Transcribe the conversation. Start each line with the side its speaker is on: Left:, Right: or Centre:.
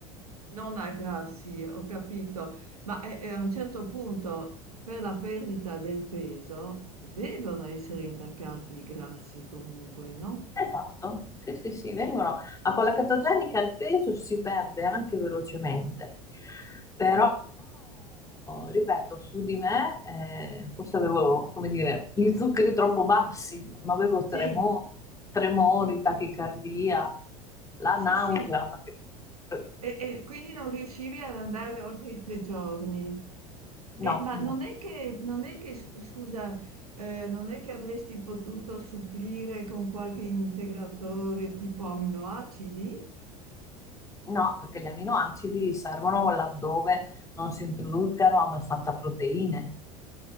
Right: Non aggrassi, ho capito, ma eh, eh, a un certo punto per la perdita del peso devono essere intaccati i grassi comunque, no?
Left: Esatto, sì, sì, sì, vengono a quella catogenica il peso si perde anche velocemente, però ripeto, su di me eh, forse avevo, come dire, gli zuccheri troppo bassi, ma avevo
Right: Sì,
Left: tremori, tremori, tachicardia, la
Right: sì,
Left: nausea,
Right: sì.
Left: perché-
Right: E, e quindi non riuscivi ad andare oltre i tre giorni.
Left: no,
Right: Eh, ma
Left: no,
Right: non è che, non è che, s- scusa, eh, non è che avresti potuto supplire con qualche integratore tipo aminoacidi?
Left: no, perché gli aminoacidi servono laddove non si introducano abbastanza proteine.